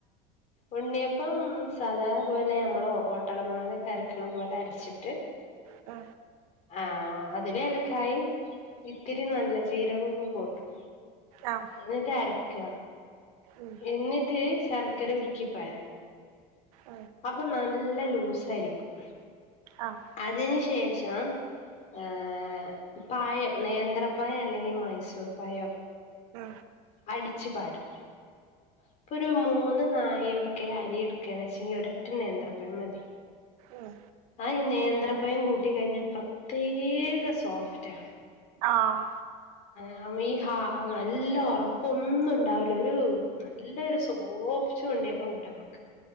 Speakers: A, on the left; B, on the right.
A: ഉണ്ണിയ പ്പം സാദാ പോലെ നമ്മള് ഓട്ടടമാവിനൊക്കെ അരക്കണ പോലെ അരച്ചിട്ട്
B: അ
A: ആ അതില് ഏലക്കായിം ഇത്തിരി നല്ല ജീരകൊക്കെ കൂട്ടും
B: ആഹ്
A: എന്നിട്ട് അരക്ക
B: ഉം
A: എന്നിട്ട് ശർ ക്കര ഉരുക്കി പാര
B: ഉം
A: അപ്പൊ നല്ല ലൂസായിരിക്കും
B: ആഹ്
A: അതിന് ശേഷം ഏ് പായം നേന്ത്രപ്പയം അല്ലെങ്കി മൈസൂർ പയം
B: ആ
A: അടിച്ചു പാരും ഇപ്പോ ഒരു മൂ ന്ന് നാഴി ഒക്കെ അരി എടുക്കണച്ചേങ്കി ഒരൊറ്റ നേന്ത്രപ്പഴം മതി
B: ഉം
A: ആ ഈ നേന്ത്രപ്പയം കൂട്ടികഴിഞ്ഞ പ്ര ത്യേക സോഫ്റ്റാ
B: ആഹ്
A: അങ്ങനെ അമ്മയീ ഹാ നല്ല ഉറപ്പൊന്നും ഉണ്ടാവുല ഒരു നല്ലൊരു സോഫ്റ്റ് ഉണ്ണിയപ്പം കിട്ടും മുക്ക്